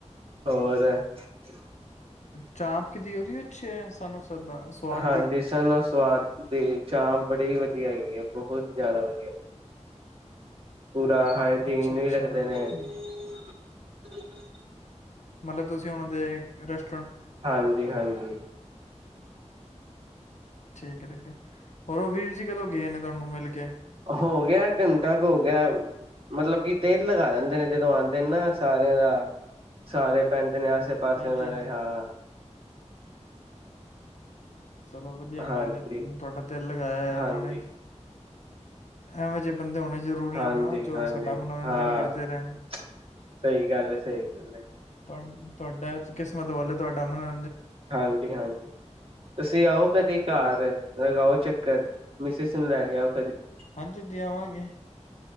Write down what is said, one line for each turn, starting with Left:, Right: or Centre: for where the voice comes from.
Right: ਹੋਰ <inaudible>
Left: ਚਾਪ ਕਿਦੀ ਉਹਦੀ ਅੱਛੀ ਐ ਸਾਨੂੰ ਸਰਦਾ ਸਵਾਦ
Right: ਹਾਂਜੀ
Left: ਦੀ
Right: ਸਾਨੂੰ ਸਵਾਦ ਦੀ ਚਾਪ ਬੜੀ ਵਧੀ <unintelligible> ਪੂਰਾ ਹਾਈਜੀਨ
Left: ਅੱਛਾ ਅੱਛਾ
Right: ਵੀ ਰੱਖਦੇ
Left: ਹੂੰ,
Right: ਨੇ। <inaudible>
Left: ਮਤਲਬ ਤੁਸੀਂ ਉਹਨਾਂ ਦੇ ਰੈਸ
Right: ਹਾਂਜੀ- ਹਾਂਜੀ।
Left: ਠੀਕ ਏ-ਠੀਕ ਏ ਹੋਰ ਉਹ ਵੀਰ ਜੀ ਕਦੋਂ ਗਏ ਨੇ ਤੁਹਾਨੂੰ ਮਿਲ ਕੇ।
Right: ਹੋ ਗਿਆ, ਘੰਟਾ ਕੁ ਹ ਗਿਆ, ਮਤਲਬ ਕੀ ਤੇਲ ਲਗਾ ਦਿੰਦੇ ਨੇ। ਜਦੋਂ ਆਉਂਦੇ ਨੇ ਨਾ ਸਾਰਿਆਂ ਦਾ ਸਾਰੇ ਪਿੰ ਜਿੰਨੇ ਆਸੇ ਪਾਸੇ
Left: ਹਾਂਜੀ
Right: <unintelligible> ਲ
Left: ਹਾਂਜੀ
Right: ਗਏ ਹਾਂ।
Left: ਚਲੋ ਵਧੀਆ
Right: ਹਾਂਜੀ
Left: ਗੱਲ ਤੁਹਾਡਾ ਦਿਲ ਲਗਾਇਆ ਆ
Right: ਹਾਂਜੀ
Left: ਉਹਨਾਂ ਨੇ। ਐਵੇਂ ਜਿਹੇ ਬੰਦੇ ਹੋਣੇ ਜ਼ਰੂਰੀ
Right: ਹਾਂਜੀ-ਹਾਂਜੀ
Left: ਨੇ ਨਾ ਜੋ ਸਾਡਾ ਮਨੋਰੰਜਨ
Right: ਹਾਂ,
Left: ਕਰਦੇ ਰਹਿਣ
Right: <inaudible> ਸਹੀ ਗੱਲ ਏ -ਸਹੀ ਗੱਲ ਏ।
Left: ਤੁਹਾ ਤੁਹਾਡਾ ਕਿਸਮਤ ਵੱਲੋਂ ਤੁਹਾਡਾ ਮਨੋੰ
Right: ਹਾਂਜੀ- ਹਾਂਜੀ ਤੁਸੀਂ ਆਓ ਕਦੇ ਘਰ ਅਗਾ ਉਹ ਓ ਚੱਕਰ ਮਿਸ ਸੁ ਨੂੰ ਲੈ ਕੇ ਆਓ ਕਦੀ
Left: ਹਾਂਜੀ ਦੇ ਆਵਾਂਗੇ